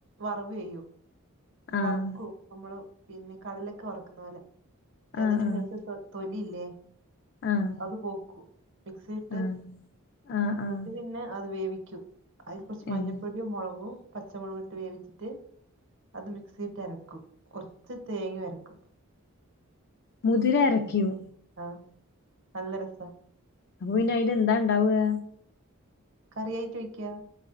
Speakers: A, on the right; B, on the left.
A: വറവ് ചെയ്യും
B: ആഹ്
A: വറക്കും നമ്മള് പിന്നെ കടലൊക്കെ വറക്കുന്ന പോലെ മറ്റേതിന്
B: ആഹ് ആഹ്
A: മേത്ത് തൊലില്ലേ
B: ആഹ്
A: അത് പോക്കു മിക്സിട്ട്
B: ആഹ് ആഹ്
A: എന്നിട്ട്
B: ആഹ്
A: പിന്നെ അത് വേവിക്കും അതിൽ കുറച്ച് മഞ്ഞൾപ്പൊടിയും
B: ഏഹ്
A: മുളകും പച്ചമുളക് ഇട്ട് വേവിച്ചിട്ട് അത് മിക്സിയിട്ട് അരക്കും കുറച്ച് തേങ്ങയും അരക്കും
B: മുതിര അരക്കും
A: ഉം ആഹ് നല്ല രസാ
B: അപ്പൊ പിന്നെ അയിൽ എന്താണ്ടാവാ?
A: കറിയായി വെക്കയാ